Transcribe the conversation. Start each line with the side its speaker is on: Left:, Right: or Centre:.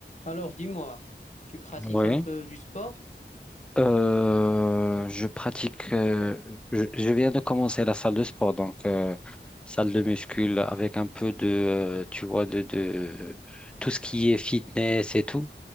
Left: Alors, dis-moi, tu pratiques
Centre: Oui.
Left: un peu du sport?
Centre: Euh, je pratique, euh, je, je viens de commencer la salle de sport, donc euh, salle de muscule avec un peu de, euh, tu vois, de, de tout ce qui est fitness et tout,